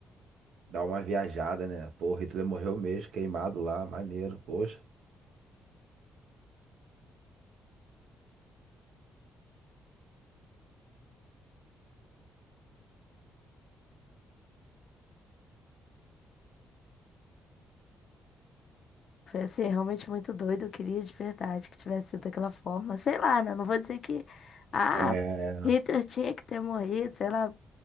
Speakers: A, on the right; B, on the left.
A: dar uma viajada, né? Pô, o Hitler morreu mesmo, queimado lá, maneiro, poxa.
B: Foi assim, realmente muito doido. Eu queria de verdade que tivesse sido daquela forma. Sei lá, né? Não vou dizer que. Ah,
A: É,
B: Hitler tinha que ter morrido, sei lá.